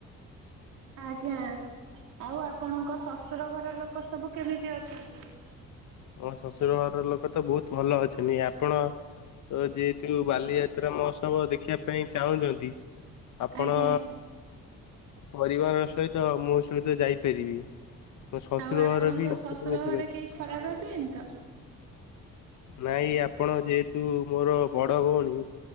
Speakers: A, on the right; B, on the left.
A: ଆଜ୍ଞା। ଆଉ ଆପଣଙ୍କ ଶଶୁର ଘର ଲୋକ ସବୁ କେମିତି ଅଛନ୍ତି?
B: ମୋ ଶ୍ୱଶୁର ଘର ଲୋକ ତ ବହୁତ ଭଲ ଅଛନ୍ତି। ଆପଣ ଯେହେତୁ ବାଲିଯା ତ୍ରା ମହୋତ୍ସବ ଦେଖିବା ପାଇଁ ଚାହୁଁଛନ୍ତି ଆପଣ
A: ଆଜ୍ଞା
B: ପରିବାର ସହିତ ମୋ ସହିତ ଯାଇପାରିବି। ମୋ ଶ୍ୱଶୁର
A: ଆଉ ଆପଣଙ୍କ
B: ଘର ବି
A: ଶ୍ୱଶୁର
B: ସହିତ ମିଶି
A: ଘରେ
B: ପାରିବି।
A: କେହି ଖରାପ ଭାବି ଏନି ତ?
B: ନାଇଁ ଆପଣ ଯେହେତୁ ମୋର ବଡ ଭଉଣୀ